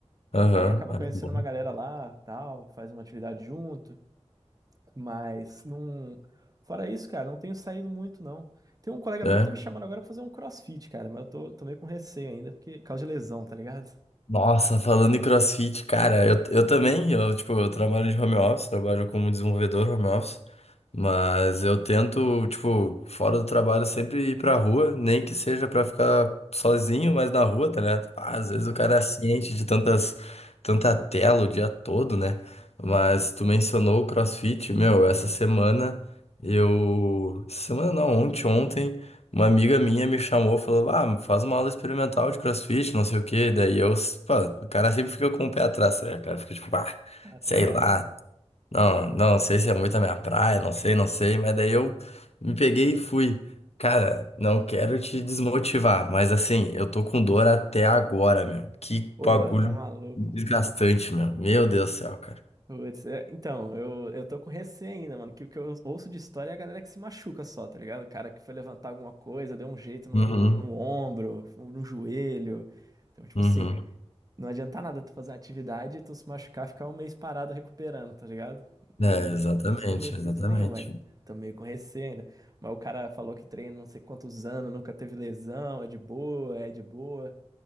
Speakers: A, on the left; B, on the right.
A: Aham,
B: Aí acaba
A: ah,
B: conhecendo
A: que bom.
B: uma galera lá, tal, faz uma atividade junto. Mas não. Fora isso, cara, não tenho saído muito, não. Tem um colega
A: É.
B: meu que tá me chamando agora pra fazer um CrossFit, cara, mas eu tô, tô meio com receio ainda, porque por causa de lesão, tá ligado?
A: Nossa, falando em CrossFit, cara, eu, eu também, eu, tipo, eu trabalho de home office, trabalho como desenvolvedor home office. Mas eu tento, tipo, fora do trabalho, sempre ir pra rua, nem que seja pra ficar sozinho, mas na rua, tá ligado? Ah, às vezes
B: Aham.
A: o cara é ciente de tantas, tanta tela o dia todo, né? Mas tu mencionou o CrossFit, meu, essa semana eu. Essa semana não, ontem, ontem, uma amiga minha me chamou, falou, ah, faz uma aula experimental de CrossFit, não sei o quê. Daí eu, pô, o cara sempre fica com o pé atrás, né? O cara fica tipo, ah,
B: Ah, tá
A: sei
B: ligado?
A: lá. Não, não sei se é muito a minha praia, não sei, não sei, mas daí eu me peguei e fui. Cara, não quero te desmotivar, mas assim, eu tô com dor até agora, meu. Que
B: Pô,
A: bagulho
B: tá maluco.
A: desgastante, meu. Meu Deus do céu, cara.
B: Putz, é, então, eu, eu tô com receio ainda, mano. Que o que eu ouço de história é a galera que se machuca só, tá ligado? O cara que foi levantar alguma coisa, deu um jeito no,
A: Uhum,
B: no, no ombro, no joelho. Então, tipo
A: uhum.
B: assim. Não adianta nada tu fazer uma atividade e tu se machucar, ficar um mês parado recuperando, tá ligado? Não
A: É, exatamente,
B: trouxe benefício
A: exatamente.
B: nenhum. Aí tô meio com receio ainda. Mas o cara falou que treina não sei quantos anos, nunca teve lesão, é de boa, é de boa.